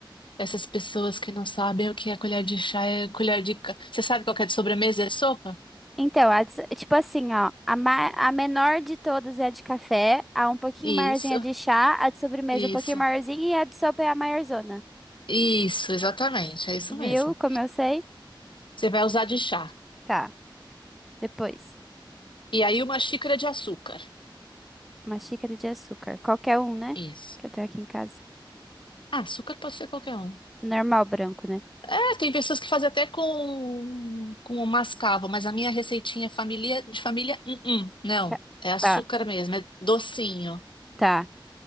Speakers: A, on the left; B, in the centre.
A: Essas pessoas que não sabem o que é colher de chá é colher de. ca- Você sabe qual que é de sobremesa? É sopa?
B: Então, a de- tipo assim, ó, a, ma- a menor de todas é a de café, a um pouquinho
A: Isso,
B: maiorzinha é de chá, a de sobremesa
A: isso,
B: um pouquinho maiorzinha e a de sopa é a maiorzona.
A: isso, exatamente, é isso
B: Viu
A: mesmo.
B: como eu sei?
A: Você vai usar de chá.
B: Tá, depois.
A: E aí uma xícara de açúcar.
B: Uma xícara de açúcar. Qualquer um, né?
A: Isso.
B: Que eu tenho aqui em casa.
A: Ah, açúcar pode ser qualquer um.
B: Normal branco, né?
A: É, tem pessoas que fazem até com, com o mascavo, mas a minha receitinha é família, de família, hum, hum, não.
B: Tá,
A: É açúcar
B: tá.
A: mesmo, é docinho,
B: Tá,